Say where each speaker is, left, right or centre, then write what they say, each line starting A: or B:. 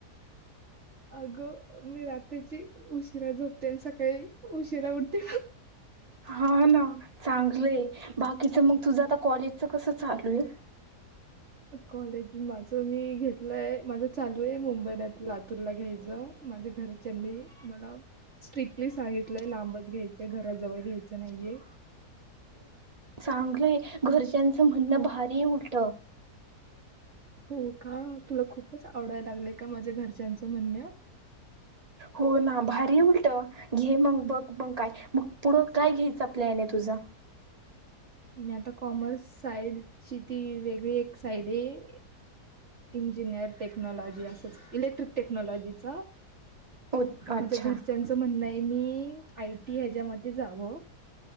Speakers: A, on the right (about 45°); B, on the right (about 20°).
A: अगं, मी रात्रीची उशिरा झोपते आणि सकाळी उशिरा उठते.
B: हा ना, चांगलंय. बाकीचं मग तुझं आता कॉलेजचं कसं चालू आहे.?
A: कॉलेज माझं मी घेतलंय. माझं चालू आहे मुंबईला तुरला घ्यायचं. माझ्या घरच्यांनी मला स्ट्रिक्टली सांगितलंय. लांबच घ्यायचंय. घराजवळ घ्यायचं नाहीये.
B: चांगलय. घरच्यांचं म्हणणं, भारीये उलट.
A: हो, का? तुला खूपच आवडायला लागलेय का? माझ्या घरच्यांचं म्हणण.
B: हो ना. भारीय उलट. घे मग बघ, मग काय? मग पुढं काय घ्यायचं प्लॅन आहे तुझा?
A: मी आता कॉमर्स साइडची ती वेगळी एक साईड आहे. इंजिनिअर टेक्नॉलॉजी असंच, इलेक्ट्रिक टेक्नॉलॉजीच.
B: हो अच्छा
A: माझ्या घरच्यांचं म्हणणं आहे. मी आय टी ह्याच्यामध्ये जावं.